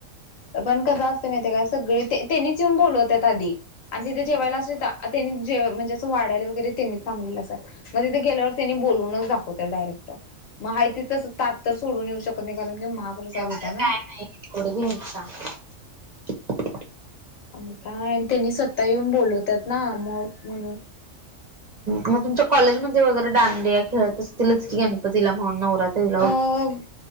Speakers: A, on the left; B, on the right.
A: पण कसं असतें माहित आहे काय, ते सगळी तेनीच येऊन बोलवतात आधी आणि तिथे जेवायला असे त्यांनी जे म्हणजे असं वाढायला वगैरे त्यांनीच सांगीतल असं. मग तीथ गेल्यावर त्यानी बोलूनच दाखवत्यात डायरेक्ट. मग आहे तीथच तस ताट तर सोडून येऊ शकत नाही. कारण की महाप्रसाद
B: एवढं
A: होता
B: काय
A: ना.
B: <unintelligible>
A: आणि काय त्यांनी स्वता येऊन बोलवतात ना. मग म्हणून,
B: म तुमच्या कॉलेजमध्ये वगैरे दांडीया खेळत असतीलच की गणपतीला म्हण नवरात्रीला वैग
A: हो